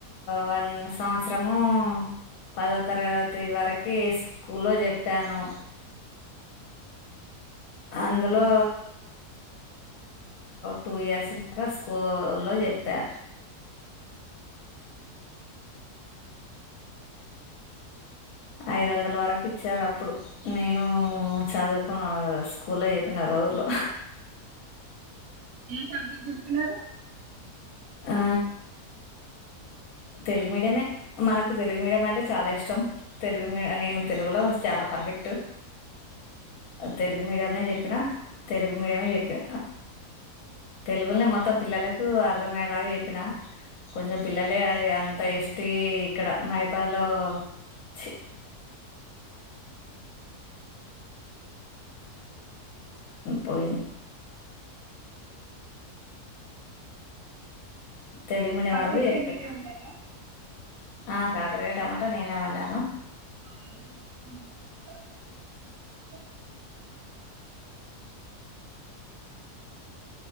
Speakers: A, on the left (about 70°); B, on the right (about 65°).
A: వన్ సంవత్సరము పదో తరగతి వరకీ స్కూల్లో చెప్పాను అందులో టూ ఇయర్స్ దాకా స్కూల్లో చెప్పా ఐదు వందల వరకు ఇచ్చారు అప్పుడు నేను చదువుకున్న స్కూల్లో చెప్పిన రోజులు
B: ఏ సబ్జెక్ట్ చే పిన్నారు
A: ఆ తెలుగు మీడియమే మనకు తెలుగు మీడియం అంటే చాలా ఇష్టం తెలుగు మీ నేను తెలుగులో చాలా పర్ఫెక్ట్ తెలుగు మీడియంనే చెప్పిన తెలుగు మీడియమే చెప్పిన తెలుగునే మొత్తం పిల్లలకు అర్థమయ్యేలా చెప్పిన కొంచెం పిల్లలే అంత ఎస్ టి ఇక్కడ మైపాలో చి పోయింది తెలుగు మీడియం
B: ఈ కాకరకాయ
A: వరకు చెప్పా
B: మీరే వండారా
A: ఆ కాకరకాయ టమాటా నేనే వండను
B: అ